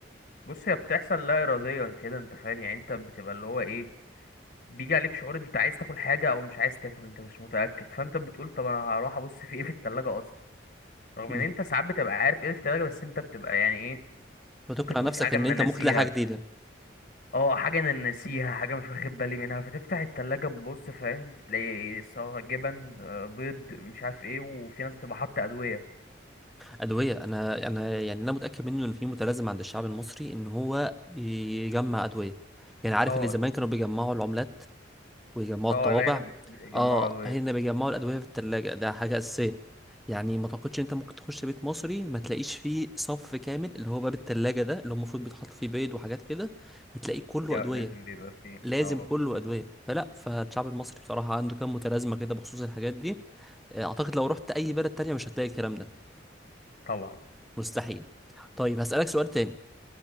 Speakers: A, on the left; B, in the centre.
A: بص هي بتحصل لا إراديا كده أنت فاهم يعني أنت بتبقى اللي هو إيه بيجي عليك شعور انت عايز تاكل حاجه او مش عايز تاكل انت مش متاكد فانت بتقول طب انا هروح ابص في ايه في التلاجة اصلا رغم
B: مم.
A: ان انت ساعات بتبقى عارف ايه في التلاجة بس انت بتبقى يعني ايه
B: فتقنع
A: ممكن تقول
B: نفسك
A: في حاجه
B: إن
A: انا
B: أنت
A: ناسيها
B: ممكن تلاقي حاجة جديدة
A: اه حاجه انا ناسيها حاجه مش واخد بالي منها فتفتح التلاجة تبص فاهم تلاقي سواء جبن آه، بيض مش عارف ايه وفي ناس بتبقى حاطه ادويه
B: أدوية أنا أنا يعني أنا متأكد منه إن في متلازمة عند الشعب المصري إن هو يجمع أدوية يعني عارف
A: اه
B: اللي زمان
A: ادويه
B: كانوا بيجمعوا العملات ويجمعوا
A: اه
B: الطوابع
A: لا هنا بي- بيجمعوا
B: آه
A: ادويه
B: هنا بيجمعوا الأدوية في التلاجة ده حاجة أساسية يعني ما تعتقدش إن أنت ممكن تخش بيت مصري ما تلاقيش فيه صف كامل اللي هو باب التلاجة ده اللي هو المفروض بيتحط فيه بيض وحاجات كده هتلاقيه كله
A: ده
B: أدوية
A: لازم بيبقى فيه
B: لازم
A: اه
B: كله أدوية فلا فالشعب المصري بصراحة عنده كام متلازمة كده بخصوص الحاجات دي آه، أعتقد لو رحت أي بلد تانية مش هتلاقي الكلام ده
A: طبعا
B: مستحيل طيب هسألك سؤال تاني